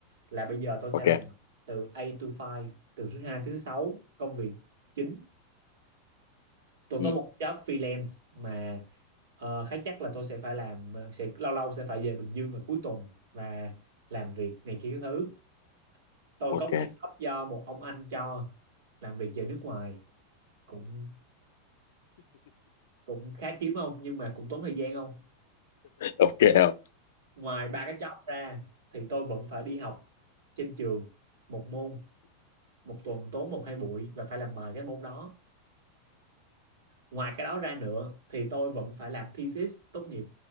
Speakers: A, on the right (about 90°); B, on the left (about 75°).
A: là bây giờ tôi sẽ
B: ok
A: làm từ A to Five, từ thứ hai tới thứ sáu công việc chính tôi
B: ừ.
A: có một job freelance mà ờ, khá chắc là tôi sẽ phải làm sẽ lâu lâu sẽ phải về Bình Dương vào cuối tuần và làm việc này kia cái thứ tôi
B: ok
A: có một cái job
B: <laughs>
A: do một ông anh cho làm việc về nước ngoài cũng cũng khá kiếm không nhưng mà cũng tốn thời gian không
B: ok không
A: ngoài ba cái job ra thì tôi vẫn phải đi học trên trường một môn một tuần tốn một hai buổi và phải làm bài cái môn đó ngoài cái đó ra nữa thì tôi vẫn phải làm thesis tốt nghiệp